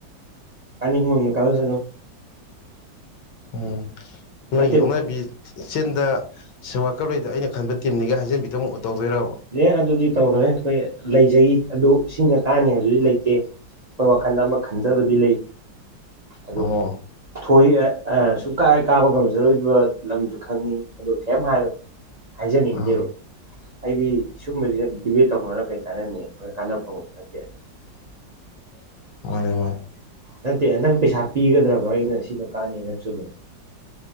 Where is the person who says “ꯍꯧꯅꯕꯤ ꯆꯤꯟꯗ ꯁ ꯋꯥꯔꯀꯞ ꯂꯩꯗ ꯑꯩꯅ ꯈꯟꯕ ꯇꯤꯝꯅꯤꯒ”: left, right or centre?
Left